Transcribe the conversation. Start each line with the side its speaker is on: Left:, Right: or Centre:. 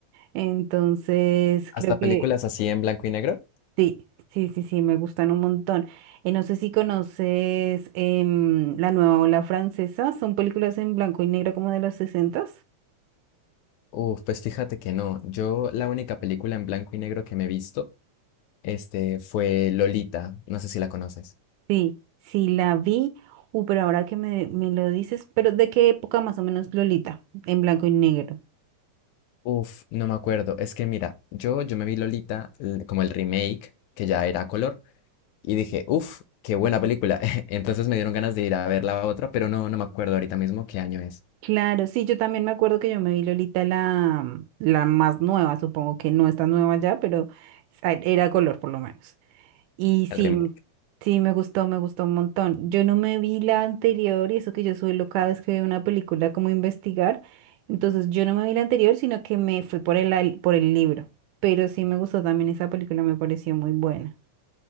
Right: Entonces,
Left: ¿Hasta
Right: creo que
Left: películas así en blanco y negro?
Right: sí, sí, sí, sí, me gustan un montón. Eh, no sé si conoces em, La Nueva Ola Francesa. Son películas en blanco y negro como de los 60
Left: Uf, pues fíjate que no. Yo la única película en blanco y negro que me he visto, este, fue Lolita. No sé si la conoces.
Right: Sí, sí la vi. Uh, pero ahora que me, me lo dices, pero ¿de qué época más o menos Lolita? En blanco y negro.
Left: Uf, no me acuerdo. Es que mira, yo, yo me vi Lolita l- como el remake, que ya era a color, y dije, uf, qué buena película. <laughs> Entonces me dieron ganas de ir a ver la otra, pero no, no me acuerdo ahorita mismo qué año es
Right: Claro, sí, yo también me acuerdo que yo me vi Lolita la, la más nueva, supongo que no está nueva ya, pero sa- era color por lo menos. Y
Left: el
Right: sí,
Left: remake.
Right: m- sí, me gustó, me gustó un montón. Yo no me vi la anterior y eso que yo suelo cada vez que veo una película como investigar, entonces yo no me vi la anterior, sino que me fui por el, al- por el libro, pero sí me gustó también esa película, me pareció muy buena.